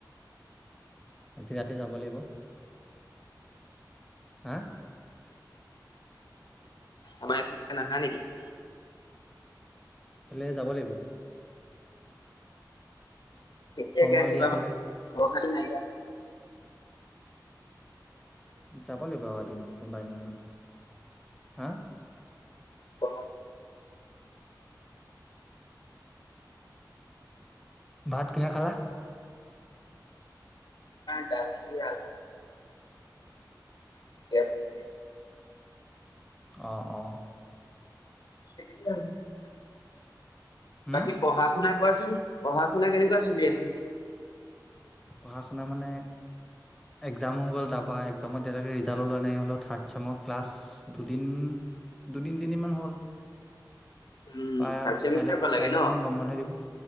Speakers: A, in the centre; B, on the left (about 75°).
A: আজি ৰাতি যাব লাগিব হা,
B: আম নহা নেকি <unintelligible>
A: ফালে যাব লাগিব।
B: কেতিয়াকে
A: সময়
B: আহি
A: উলিয়াই
B: পাবা
A: পেলাই
B: ঘৰ খাতি নাইিয়া
A: যাব লাগিব অ এদিন কোনোবাই দিনাখনখন হা
B: অ
A: ভাত কিহে খালা
B: ডালি আলু এনে <unintelligible>
A: অ অ
B: স <unintelligible>
A: উম
B: বাকী পঢ়া শুনা কোৱাচোন পঢ়া শুনা কেনেকুৱা চলি আছে
A: পঢ়া শুনা মানে একজাম হৈ গ'ল তাৰপৰা একজামততিয়ালৈকে ৰিজাল্ট ওলোৱা নাই হ'লেও থাৰ্ড চামৰ ক্লাছ দুদিন দুদিন তিনিমান হ'ল
B: উম
A: পা
B: থাৰ্ড চেমিষ্টাৰ
A: কাইলৈ
B: পালাগে
A: কাইলে
B: ন?
A: মানে গম বন্ধ দিব